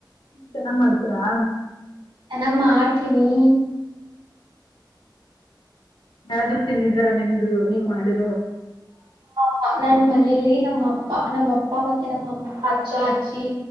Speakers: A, on the left; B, on the right.
A: ಚೆನ್ನಾಗ್ ಮಾಡ್ತೀರಾ.
B: ಚೆನ್ನಾಗ್ ಮಾಡ್ತೀನಿ.
A: ಯಾರಾದ್ರು ತಿಂದಿದ್ದಾರ ನಿಮ್ದು ನೀವ್ ಮಾಡೀದ್ದು.
B: ಹ ನನ್ ಮನೇಲಿ. ನಮ್ಮ ಅಪ್ಪ ನಮ್ಮಪ್ಪ ಮತ್ತೆ ನಮ್ಮ ಅಮ್ಮ ಅಜ್ಚ್ಚ ಅಜ್ಜಿ